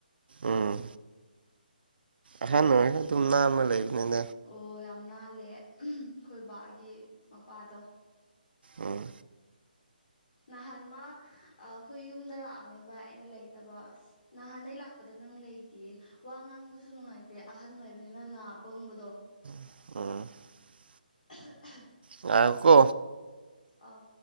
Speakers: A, on the right; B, on the left.
A: ꯎꯝ ꯑꯍꯟ ꯑꯣꯏꯔꯖꯨ ꯑꯗꯨꯝ ꯅꯥꯟꯕ ꯂꯩꯕꯅꯤꯅꯦ
B: ꯑꯣ ꯌꯥꯝ ꯅꯥꯜꯂꯦ ꯈꯣꯏ ꯕꯥꯒꯤ ꯃꯄꯥꯗꯣ
A: ꯎꯝ
B: ꯅꯍꯥꯟ ꯃꯥ ꯑꯥ ꯈꯣꯏ ꯌꯨꯝꯗ ꯂꯥꯛꯑꯝꯃꯦꯕꯥ ꯑꯩꯅ ꯂꯩꯇꯕ ꯑꯁ ꯅꯍꯥꯟ ꯑꯩ ꯂꯥꯛꯄꯗ ꯅꯪ ꯂꯩꯇꯤꯌꯦ ꯋꯥ ꯉꯥꯡꯕꯁꯨ ꯅꯨꯡꯉꯥꯏꯇ꯭ꯔꯦ ꯑꯍꯟ ꯑꯣꯏꯕꯅꯤꯅ ꯅꯥ ꯄꯪꯕꯗꯣ
A: <inaudible>
B: ꯑꯍꯥ ꯍꯥ
A: ꯉꯥꯏꯌꯨꯀꯣ
B: ꯑꯥꯎ